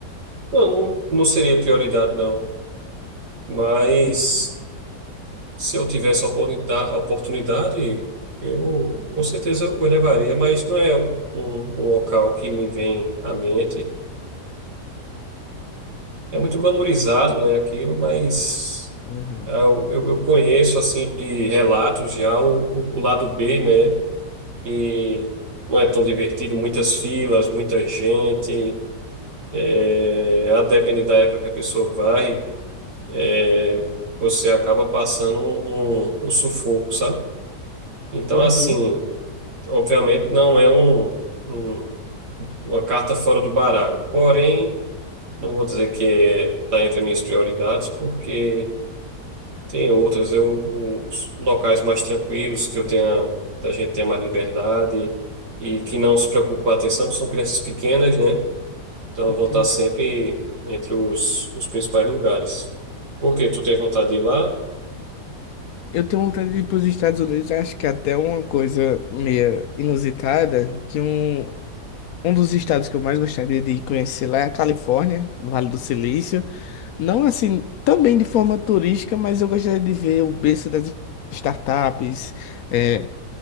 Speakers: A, on the right (about 70°); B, on the left (about 70°).
A: Não, não, não seria prioridade, não. Mas
B: Hum.
A: se eu tivesse a oportunidade, oportunidade, eu com certeza o elevaria, mas não é um, um local que me vem à mente. É muito glamourizado, né, aquilo, mas.
B: Uhum.
A: Ah, Eu, eu eu conheço, assim, de relatos já o, o lado B, né? Que não é tão divertido, muitas filas, muita gente. É, a depender da época que a pessoa vai, é, você acaba passando um, um sufoco, sabe? Então,
B: Uhum.
A: assim, obviamente não é um, um- uma carta fora do baralho. Porém, não vou dizer que está entre as minhas prioridades, porque Tem outras, eu, os locais mais tranquilos, que eu tenha, da gente tenha mais liberdade e que não se preocupe com a atenção, que são crianças pequenas, né? Então
B: Entendo.
A: vão estar sempre entre os, os principais lugares. Por quê? Tu tem vontade de ir lá?
B: Eu tenho vontade de ir para os Estados Unidos, acho que é até uma coisa meio inusitada, que um, Um dos estados que eu mais gostaria de conhecer lá é a Califórnia, Vale do Silício. Não assim, também de forma turística, mas eu gostaria de ver o berço das startups, eh,